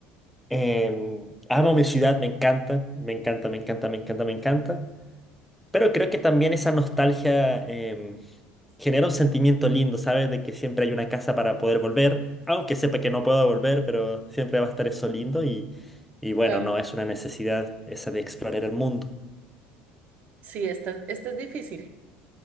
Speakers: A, in the centre; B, on the right (about 50°).
A: Em, amo mi ciudad, me encanta, me encanta, me encanta, me encanta, me encanta. Pero creo que también esa nostalgia em, genera un sentimiento lindo, ¿sabes? De que siempre hay una casa para poder volver, aunque sepa que no puedo volver, pero siempre va a estar eso lindo y, y bueno,
B: claro.
A: no, es una necesidad esa de explorar el mundo.
B: Sí, esta, es- esta es difícil,